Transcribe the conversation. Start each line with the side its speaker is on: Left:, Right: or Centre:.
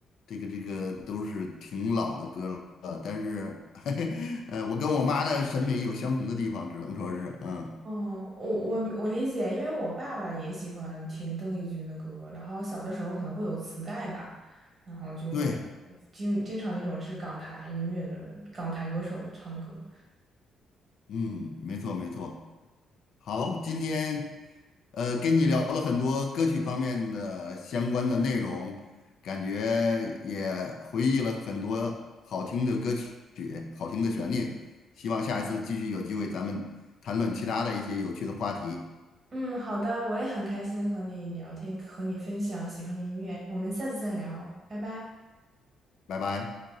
Left: 这个这个都是挺老的歌了，但是，<laughs> 嘿嘿，呃，我跟我妈的审美有相同的地方，只能说是，嗯，
Right: 哦，我我我理解，因为我爸爸也喜欢听邓丽君的歌，然后小的时候可能会有磁带吧，然后就会
Left: 对，
Right: 经经常那种是港台音乐的港台歌手唱的歌。
Left: 嗯，没错没错。好，今天呃跟你聊了很多歌曲方面的相关的内容，感觉也回忆了很多好听的歌曲、好听的旋律。希望下一次继续有机会咱们谈论其他的一些有趣的话题。
Right: 嗯，好的，我也很开心和你聊天，和你分享喜欢的音乐，我们下次再聊，拜拜。
Left: 拜拜。